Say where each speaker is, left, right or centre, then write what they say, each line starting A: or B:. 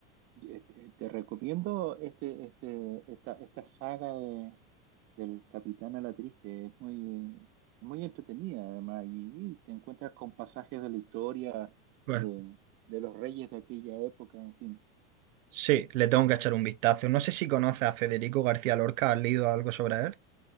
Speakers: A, on the right; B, on the right.
A: Este, Te recomiendo este, este, esta, esta saga de- del Capitán a la Triste. Es muy, muy entretenida, además, y, y te encuentras con pasajes de la historia
B: Pues
A: de, de los reyes de aquella época, en fin.
B: sí, le tengo que echar un vistazo. No sé si conoces a Federico García Lorca, ¿has leído algo sobre él?